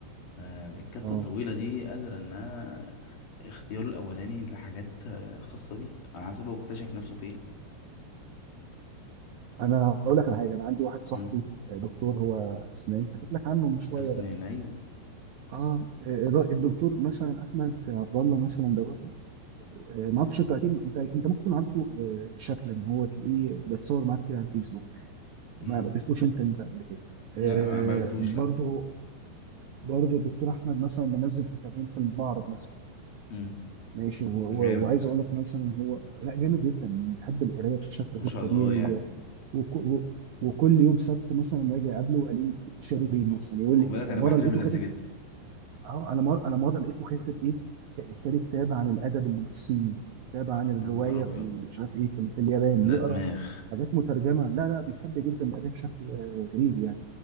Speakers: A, on the left (about 55°); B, on the right (about 70°).
A: فالكبسة
B: اه
A: الطويلة دي قادرة انها اختياره الاولاني لحاجات آه، خاصة بيه على حسب هو اكتشف نفسه فين
B: انا اقول لك على حاجه انا عندي واحد صاحبي
A: مم.
B: آه، دكتور هو اسنان حكيت لك عنه من شويه
A: اسنان
B: ده
A: ايوه
B: اه آه، الدكتور مثلا احمد عبد الله مثلا دوت آه، ما اعرفش انت اكيد انت انت ممكن تكون عارفه آه، شكلا ان هو تلاقيه بيتصور معاه كتير على الفيسبوك
A: مم.
B: ما قابلتوش انت انت قبل كده آه،
A: لا ما ما قابلتوش
B: برضه
A: لا
B: برضه الدكتور احمد مثلا منزل كتابين في المعرض مثلا
A: مم.
B: ماشي و- و-
A: جامد
B: وعايز اقول لك مثلا هو لا جامد جدا بيحب القرايه بشكل
A: ما
B: غير
A: شاء
B: طبيعي
A: الله يعني
B: وك... و... وكل يوم سبت مثلا لما اجي اقابله الاقيه شارك بيه
A: خ-
B: مثلا يقول
A: خد
B: لي
A: بالك
B: انا
A: انا
B: مره
A: بحترم
B: لقيته
A: الناس
B: كاتب
A: دي جدا
B: اه انا مره انا مره لقيته كاتب ايه شاري كتاب عن الادب الصيني كتاب عن الروايه
A: يا نهار ابيض
B: في ال- مش عارف ايه في, ال- في اليابان بيقرا
A: ده دماغ
B: حاجات مترجمه لا لا بيحب جدا القرايه بشكل آه، غريب يعني